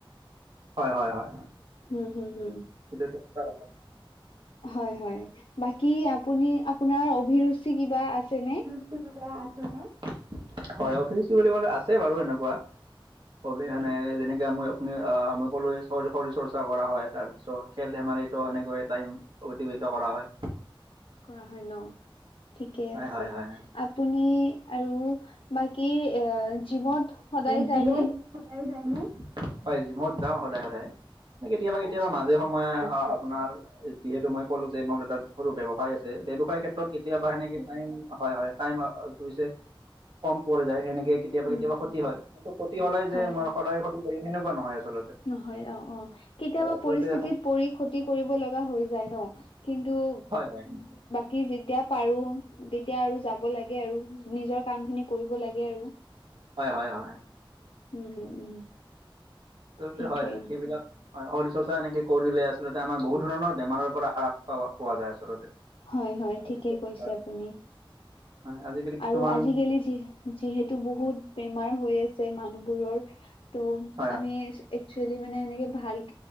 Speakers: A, on the right; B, on the left.
A: হয়, হয়, হয়।
B: হুম, হুম, হুম।
A: সেইটো সঁচা কথা।
B: হয় হয় বাকি আপুনি আপোনাৰ অভিৰুচি কিবা আছে নে।
A: অভিৰুচি কিবা আছে নে হয় অভিৰুচি বুলি ক'লে আছে বাৰু এনেকুৱা। কবি সেনেকে যেনেকে আ আপুনি আমি কলোৱে শৰীৰ চৰ্চা কৰা হয় তাৰ পিছত খেল ধেমালিতটো এনেকৈ টাইম অতিবাহিত কৰা হয়।
B: কৰা হয় ন। ঠিকে
A: হয়
B: আছে,
A: হয় হয়
B: আপুনি আৰু বাকী এ জিমত সদায়
A: শবত
B: যায়নে
A: <unintelligible> হয় জিমত যাওঁ সদায় সদায় মানে কেতিয়াবা কেতিয়াবা
B: আচ্ছা
A: মাজে
B: আচ্ছা
A: সময়ে আপোনাৰ যিহেতু মই ক'লো যে মোৰ এটা সৰু ব্যয়ৱসায় আছে ব্যৱসায় ক্ষেত্ৰত কেতিয়াবা সেনেকে ম হয়, হয় টাইম পিছে কম পৰি যায় সেনেকে কেতিয়াবা,
B: উম
A: কেতিয়াবা
B: হম
A: ক্ষতি হয় কিন্ত ক্ষতি হলে যে
B: হয়
A: মই
B: হয়
A: সদায় ক্ষতি কৰিম সেনেকুৱা নহয় আচলতে
B: নহয় অ', অ', কেতিয়াবা
A: আৰু আচলতে
B: পৰিস্থিতিত পৰি ক্ষতি কৰিব লগা হৈ যায় ন। কিন্তু
A: হয়, হয় নিশ্চয়।
B: কি যেতিয়া পাৰো তেতিয়া আৰু যাব লাগে আৰু নিজৰ কাম খিনি কৰিব লাগে আৰু। <inaudible>
A: হয়, হয়, হয়।
B: উম, উম, উম।
A: আচলতে
B: সেইটোৱে
A: হয় সেইবিলাক শৰীৰ চৰ্চা এনেকে কৰিলে আচলতে আমাৰ বহুত ধৰণৰ বেমাৰৰ পৰা হ্ৰাস পা পোৱা যায় আচলতে
B: হয়, হয়
A: আজিকালি
B: ঠিকে কৈছে
A: হয়
B: আপুনি
A: হয় আজিকালি কিছুমান
B: আৰু আজিকালি যিহে যিহেতু বহুত বেমাৰ হৈ আছে মানুহবোৰৰ ত'
A: হয়
B: আমি একচুৱেলি মানে এনেকে ভাল হেৰি